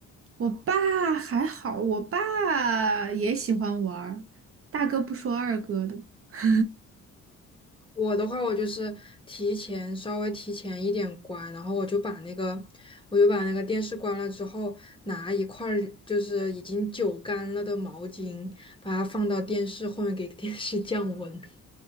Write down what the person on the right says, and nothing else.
我爸还好，我爸也喜欢玩儿，大哥不说二哥的。<laughs>